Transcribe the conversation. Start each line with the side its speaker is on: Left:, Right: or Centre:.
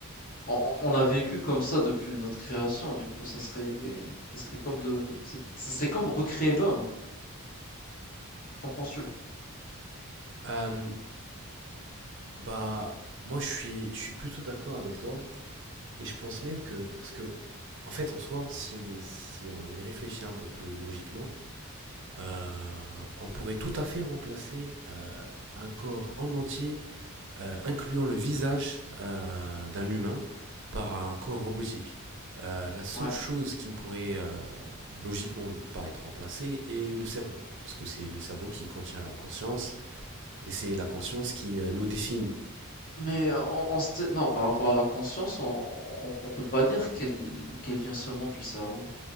Left: on, on- on a vécu comme ça depuis notre création, du coup, ça serait ça serait comme de c'est- ça serait comme recréer l'homme, qu'en penses-tu?
Right: Euh, bah moi, je suis je suis plutôt d'accord avec toi. Et je pense même que, parce que, en fait, en soi, si, si on y réfléchit un peu plus logiquement, euh, on pourrait tout à fait remplacer euh, un corps en entier, euh, incluant le visage euh, d'un humain, par un corps robotique. Euh, la seule
Left: Ouais.
Right: chose qui ne pourrait euh, logiquement pas être remplacée est le cerveau, parce que c'est le cerveau qui contient la conscience, et c'est la conscience qui euh, nous définit.
Left: Mais on, on sait- non, par rapport à la conscience, on, on, on peut pas dire qu'elle qu'elle vient seulement du cerveau.